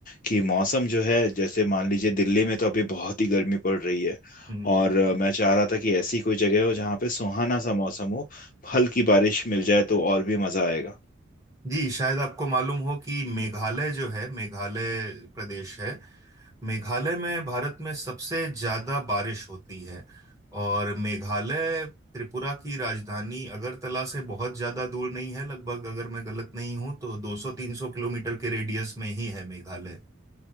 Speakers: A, on the left (about 40°); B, on the right (about 15°).
A: कि मौसम जो है जैसे मान लीजिए दिल्ली में तो अभी बहुत ही गर्मी पड़ रही है
B: हम्म
A: और
B: हम्म।
A: अ, मैं चाह रहा था कि ऐसी कोई जगह हो जहाँ पे सुहाना सा मौसम हो हल्की बारिश मिल जाए तो और भी मजा आएगा
B: जी शायद आपको मालूम हो कि मेघालय जो है मेघालय प्रदेश है मेघालय में भारत में सबसे ज्यादा बारिश होती है और मेघालय त्रिपुरा की राजधानी अगरतला से बहुत ज्यादा दूर नहीं है लगभग अगर मैं गलत नहीं हूं तो 200-300 किलोमीटर के रेडियस में ही है मेघालय